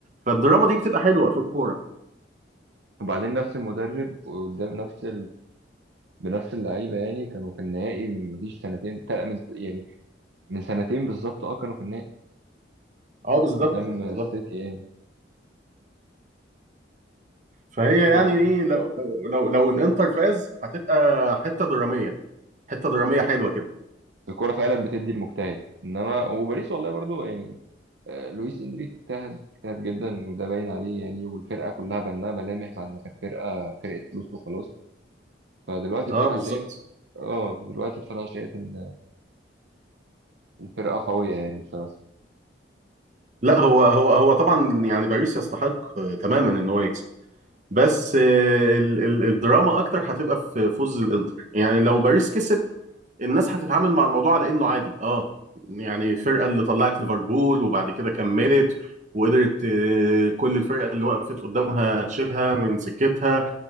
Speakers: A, on the right; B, on the right.
A: فالدراما دي بتبقى حلوه في الكوره
B: وبعدين نفس المدرب قدام نفس بنفس اللعيبه يعني كانوا في النهائي من مفيش سنتين تل- من يعني من سنتين بالظبط اه كانوا في النهائي
A: اه بالظبط
B: اه قدام بالظبط
A: بالظبط
B: السيتي يعني
A: فهي
B: ف-
A: يعني ايه لو لو لو الانتر فاز هتبقى حته دراميه حته دراميه حلوه كده
B: الكوره فعلا بتدي المجتهد انما وباريس والله برضو يعني آه، لويس انريك اجتهد اجتهد جدا وده باين عليه يعني والفرقه كلها بان لها ملامح بعد ما كانت فرقه فرقه فلوس وخلاص فدلوقتي
A: اه
B: بصراحه
A: بالظبط
B: شايف اه دلوقتي بصراحه شايف ان الفرقه قويه يعني بصراحه
A: لا هو هو هو طبعا يعني باريس يستحق آه، تماما ان هو يكسب بس آه، ال ال الدراما اكتر هتبقى في فوز الانتر يعني لو باريس كسب الناس هتتعامل مع الموضوع على انه عادي اه يعني الفرقه اللي طلعت ليفربول وبعد كده كملت وقدرت آه، كل الفرقه اللي وقفت قدامها تشيلها من سكتها